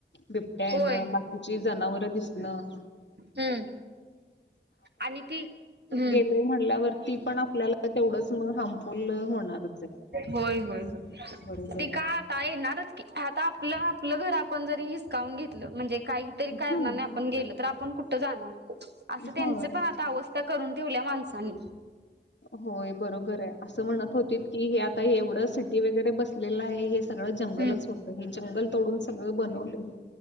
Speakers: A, on the left (about 70°); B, on the right (about 65°).
A: बिबट्या येणं
B: होय
A: बाकीची जनावरं दिसणं.
B: हम्म आणि ती. हम्म
A: गेले म्हणल्यावरती पण आपल्याला तेवढंच मग. हार्मफुल होणारच आहे
B: होय होय होय
A: बरोबर
B: ते
A: आहे
B: का आता येणारच की आता आपलं. आपलं घर आपण जरी हिसकावून घेतलं म्हणजे. काहीतरी कारणा
A: हम्म
B: नाही आपण गेल तर आपण कुठ. कुठ जाणार. असं त्यांच
A: होय
B: पण आता अवस्था. करून ठेवल्या माणसांनी.
A: होय बरोबर आहे, असं म्हणत होती की, हे आता एवढं सिटी वगैरे बसलेलं आहे हे. सगळ जंगलच
B: हम्म
A: होत हे. जंगल तोडून सगळं बनवलेय.